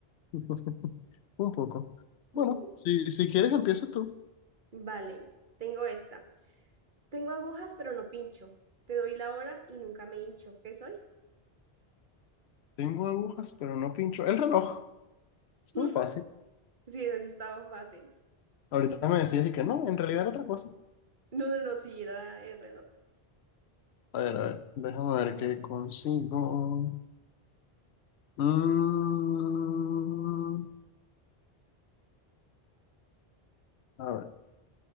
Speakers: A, on the left; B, on the right.
A: <laughs> Un poco. Bueno,
B: Ujú.
A: si, si quieres empiezas tú.
B: Vale, tengo esta. Tengo agujas, pero no pincho. Te doy la hora y nunca me hincho. ¿Qué soy?
A: Tengo agujas, pero no pincho. El reloj. Estuvo
B: <laughs>
A: fácil.
B: Sí, eso sí estaba fácil.
A: Ahorita me decías y que no, en realidad era otra cosa.
B: No, no, no, sí, era el reloj.
A: A ver, a ver, déjame ver qué consigo. Mm, a ver,